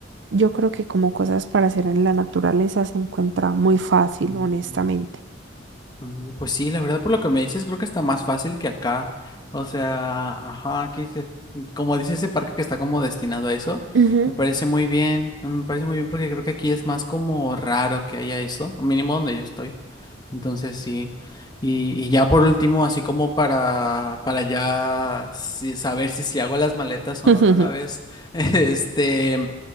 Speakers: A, on the right; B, on the left.
A: yo creo que como cosas para hacer en la naturaleza se encuentra muy fácil,
B: Mm.
A: honestamente.
B: Mm, Pues sí, la verdad por lo que me dices, creo que está más fácil que acá. O sea, ajá, aquí se- como dice ese parque que está como destinado a eso,
A: Ujú.
B: me parece muy bien, mm, me parece muy bien porque creo que aquí es más como raro que haya eso, o mínimo donde yo estoy. Entonces sí. Y, y ya por último, así como para, para ya si- saber si, si hago las maletas o
A: <laughs>
B: no de una vez, <laughs> este,